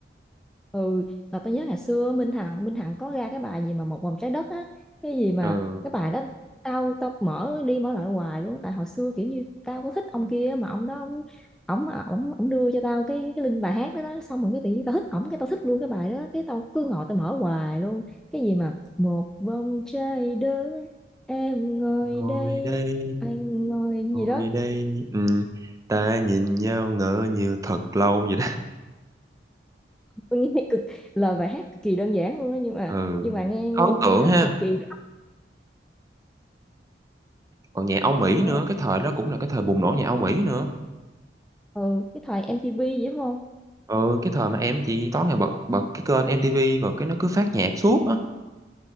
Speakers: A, in the centre; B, on the right (about 20°).
A: ừ là tôi nhớ ngày xưa Minh Hằng Minh Hằng có ra cái bài gì mà một vòng trái đất á cái gì mà
B: ừ
A: cái bài đó tao tao mở đi mở lại hoài luôn tại hồi xưa kiểu như tao có thích ông kia mà ông đó ông ổng ổng ổng đưa cho tao cái cái link bài hát đó, đó xong rồi cái tự nhiên tao thích ổng cái tao thích luôn cái bài đó cái tao cứ ngồi tao mở hoài luôn cái gì mà một vòng trái đất em ngồi
B: ngồi
A: đây
B: đây
A: anh ngồi
B: ngồi
A: gì đó
B: đây ừ ta nhìn nhau ngỡ như thật lâu vậy đó <laughs>
A: tôi nghe cực lời bài hát cực kỳ đơn giản luôn á nhưng mà
B: ừ
A: nhưng mà nghe
B: ấn
A: nghe
B: tượng
A: nghe nó
B: ha
A: cực kỳ
B: còn nhạc Âu Mỹ
A: rõ.
B: nữa cái thời đó cũng là cái thời bùng nổ nhạc Âu Mỹ nữa
A: ừ cái thời MTV vậy đúng không
B: ừ cái thời mà em chỉ tối ngày bật bật cái kênh MTV rồi cái nó cứ phát nhạc suốt á